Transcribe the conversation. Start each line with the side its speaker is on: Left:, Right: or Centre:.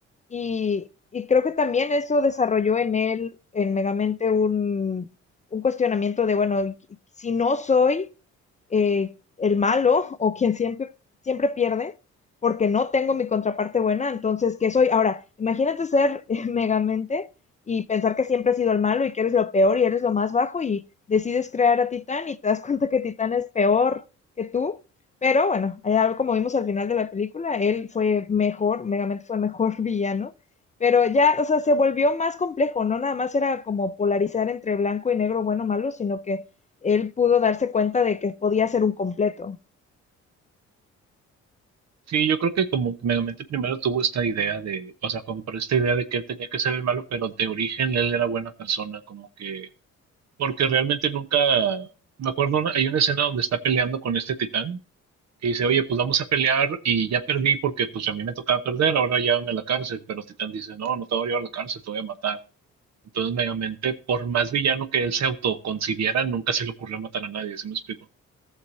Left: Y, y creo que también eso desarrolló en él, en Megamente, un, un cuestionamiento de, bueno, si no soy eh, el malo <laughs> o quien siempre, siempre pierde, porque no tengo mi contraparte buena, entonces, ¿qué soy? Ahora, imagínate ser <laughs> eh, Megamente y pensar que siempre has sido el malo y que eres lo peor y eres lo más bajo y decides crear a Titán y te das cuenta que Titán es peor que tú pero bueno, ya como vimos al final de la película, él fue mejor, Megamente fue mejor <laughs> villano, pero ya, o sea, se volvió más complejo, no nada más era como polarizar entre blanco y negro, bueno o malo, sino que él pudo darse cuenta de que podía ser un completo.
Right: Sí, yo creo que como que Megamente primero tuvo esta idea de, o sea, compró esta idea de que él tenía que ser el malo, pero de origen él era buena persona, como que, porque realmente nunca, me acuerdo, una- hay una escena donde está peleando con este titán que dice, oye, pues vamos a pelear y ya perdí porque pues a mí me tocaba perder, ahora llévame a la cárcel, pero Titán dice, no, no te voy a llevar a la cárcel, te voy a matar. Entonces, Megamente, por más villano que él se autoconcibiera, nunca se le ocurrió matar a nadie, ¿sí me explico?